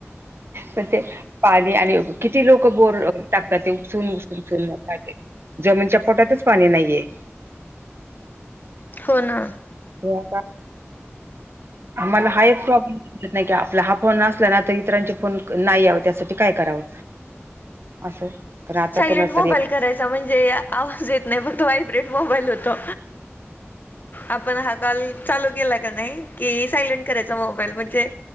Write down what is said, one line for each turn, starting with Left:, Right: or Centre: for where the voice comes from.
Right: पण ते पाणी आणि किती लोक बोर टाकतात ते उसून उसूनून जमीनच्या पोटातच पाणी नाहीये.
Left: हो ना.
Right: हता. आम्हाला हाय प्रॉब्लेम. नाही की आपला हा फोन असला ना तर इतरांचे फोन नाही यावं त्यासाठी काय करावं? असं. तर आता
Left: सायलंट
Right: कोणाच
Left: मोबाईल
Right: तरी
Left: करायचा. म्हणजे आवाज येत नाही फक्त वा्हायब्रेट मोबाईल होतो. आपण हा काॉल चालू केला का नाही की सायलेंट करायचा मोबाईल म्हणजे